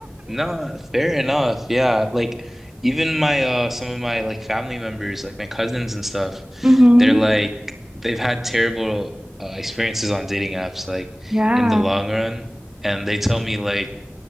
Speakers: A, in the centre; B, on the right (about 25°).
A: No, fair enough. Yeah, like even my uh some of my like family members, like my cousins and stuff,
B: <laughs> hmm
A: they're like they've had terrible uh, experiences on dating apps like
B: Yeah.
A: in the long run, and they tell me like